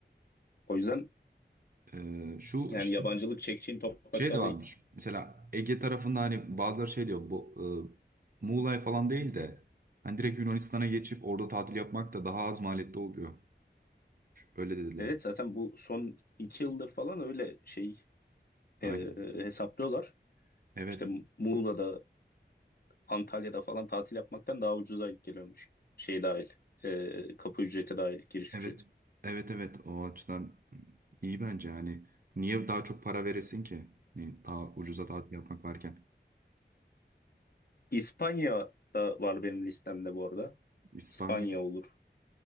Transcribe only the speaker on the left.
O yüzden
yani
yabancılık çekeceğin topraklar
değil.
Evet zaten bu son iki yıldır falan öyle şey
e, e, hesaplıyorlar.
İşte Muğla'da, Antalya'da falan tatil yapmaktan daha ucuza denk geliyormuş. Şey dahil, e, kapı ücreti dahil, giriş
ücreti.
İspanya da var benim listemde bu arada.
İspanya olur.